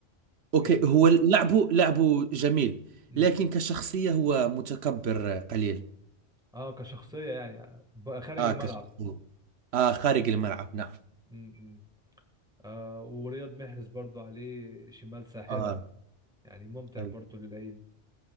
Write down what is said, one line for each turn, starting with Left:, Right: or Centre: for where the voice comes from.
Right: أوكي
Centre: جامد
Right: هو لعبه لعبه جميل
Centre: امم
Right: لكن كشخصية هو متكبر آه، قليل
Centre: اه كشخصية يعني آه، بقى خارج
Right: آه
Centre: الملعب
Right: كشخصية آه خارج الملعب نعم
Centre: امم آه ورياض محرز برضو عليه شمال ساحرة
Right: آه
Centre: يعني ممتع
Right: آه,
Centre: برضو للعين